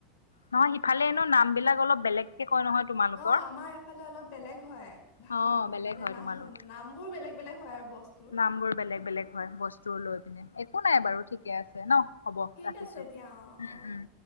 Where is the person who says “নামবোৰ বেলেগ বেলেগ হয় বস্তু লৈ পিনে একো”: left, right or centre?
Left